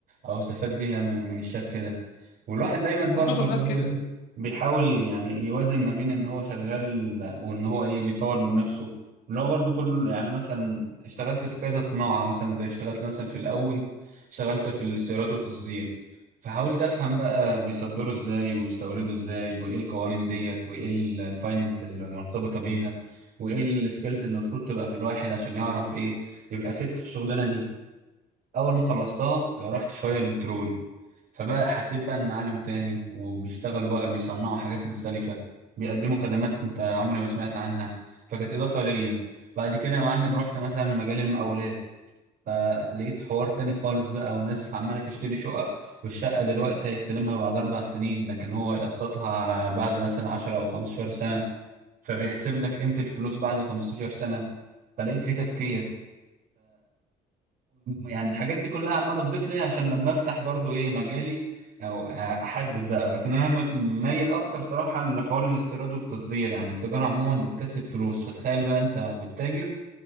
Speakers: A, on the right (about 60°); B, on the left (about 75°).
A: او استفاد بيها من, من الشكل ده والواحد دايما
B: معظم
A: برضو اللي
B: الناس
A: هو
B: كده
A: ايه بيحاول يعني يوازن ما بين ان هو شغال وان هو ايه بيطور من نفسه اللي هو برضو كل يعني مثلا اشتغلت في كذا صناعة مثلا زي اشتغلت مثلا في الاول اشتغلت في الاستيراد والتصدير فحاولت افهم بقى بيصدروا ازاي ويستوردوا ازاي وايه القوانين ديت وايه ال- الفاينانس المرتبطة بيها وايه السكيلز اللي المفروض تبقى في الواحد عشان يعرف ايه يبقى فت في الشغلانة دي اول ما خلصتها رحت شوية البترول فبقى حسيت بقى ان عالم تاني وبيشتغلوا بقى بيصنعوا حاجات مختلفة بيقدموا خدمات انت عمري ما سمعت عنها فكانت اضافة ليا بعد كده يا معلم رحت مثلا مجال المقاولات فلقيت حوار تاني خالص بقى وناس عمالة تشتري شقق والشقة دلوقتي هيستلمها بعد أربع سنين لكن هو يقسطها على بعد مثلا عشرة أو خمستاشر سنة فبيحسب لك قيمة الفلوس بعد خمستاشر سنة فلقيت فيه تفكير يعني الحاجات دي كلها عماله تضيف لي عشان لما افتح برضو ايه مجالي او احدد بقى لكن انا م- مايل اكتر صراحه لحوار الاستيراد والتصدير يعني التجاره عموما بتكسب فلوس فتخيل بقى انت بتتاجر